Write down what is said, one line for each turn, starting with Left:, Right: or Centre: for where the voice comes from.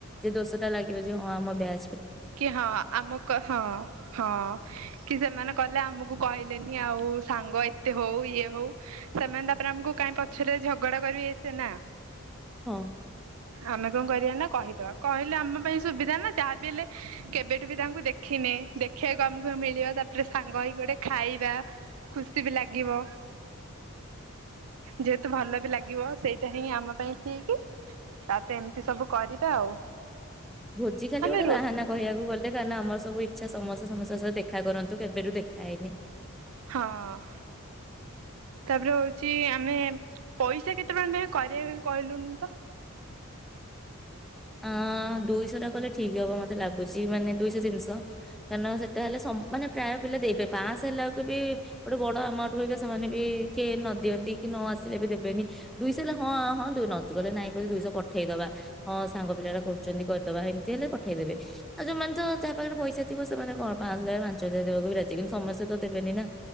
Centre: ଯେ ଦୋଷଟା ଲାଗିବ ଯେ ହଁ ଆମ ବ ଆ।
Right: କି ହଁ ଆମକୁ ହଁ ହଁ କି ସେମାନେ କଲେ ଆମକୁ କହିଲେ। ଆଉ ସାଙ୍ଗ ଏତେ ହଉ ଇଏ ହଉ ସେମାନେ ତାପରେ ଆମକୁ କାଇଁ ପଛରେ ଝଗଡା କରିବେସେ ନା।
Centre: ହଁ
Right: ଆମେ କଣ କରିବା ନା। କହିଦବା କହିଲେ ଆମ ପାଇଁ ସୁବିଧା ନା। ଯାହା ବି ହେଲେ କେବେଠୁ ବି ତାଙ୍କୁ ଦେଖିନି ଦେଖିବାକୁ ଆମକୁ ମିଳିବ ତାପରେ ସାଙ୍ଗ ହେଇକି ଗୋଟେ ଖାଇବା ଖୁସି ବି ଲାଗିବ। ଯେହେତୁ ଭଲ ବି ଲାଗିବ ସେଇଟା ହିଁ ଆମ ପାଇଁ। ଠ କି ତା ତ ଏମିତି ସବୁ କରିବା ଆଉ।
Centre: ଭୋଜି ଖାଲି
Right: ଆମେ
Centre: ଗୋଟେ ବାହାନା
Right: ରୋଷ
Centre: କିବାକୁ ଗଲେ କାର ନା ଆମର ସବୁ ଇଚ୍ଛା ସମସ୍ତେ ସମସ୍ତେ ଦେଖା କରନ୍ତୁ। କେବେ ର ଦେଖା ହେଇବି
Right: ହଁ ତାପରେ ହଉଛି ଆମେ ପଇସା କେତେ ଟ ଭ କରିବା ପାଇଁ କହିଲୁନି ତ
Centre: ଅ ଦୁଇଶହ ଟା କହିଲଲେ ଠିକ ହବ ମତେ ଲାଗୁଛି ମାନେ ଦୁଇଶହ ତିନିଶହ କାରଣ ସେଟା ହେଲେ ମାନେ ପ୍ରାୟ ପିଲା ଦେଇବେେ ପାଞ୍ଚଶହ ହେଲାକୁ ବି ଗୋଟେ ବଡ ଆମାଉଣ୍ଟ ହୁକ ସେମାନେ ବି କିଏ ନଦିଅନ୍ତି କି ନ ଆସିଲେ ବି ଦେବେନି ଦୁଇଶହ ହେଲେ ହଁ ହଁ ନଚ କଲେ ନାଇଁ ପ ଦୁଇଶହ ପଠେଇଦବା ହଁ। ସାଙ୍ଗ ପିଲା ଟା କରୁଛନ୍ତି କରିଦବା ଏମିତି ହେଲେ ପଠେଇଦେବେ ଆଉ ଯୋଉମାନେ ତ ଯାହା ପାଖରେ ପଇସା ଥିବ ସେମାନେ କଣ ପାଞ୍ଚ ହଜାର ପାଞ୍ଚ ହଜାର ଦେବାକୁ ବି ରାଜି କିନ୍ତୁ ସମସ୍ତେ ତ ଦେବେନି ନା